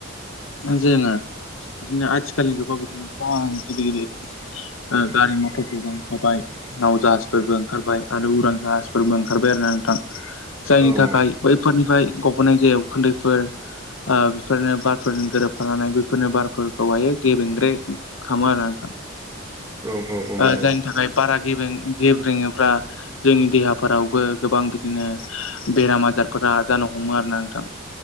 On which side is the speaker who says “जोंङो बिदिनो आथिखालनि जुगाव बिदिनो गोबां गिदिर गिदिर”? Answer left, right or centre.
Left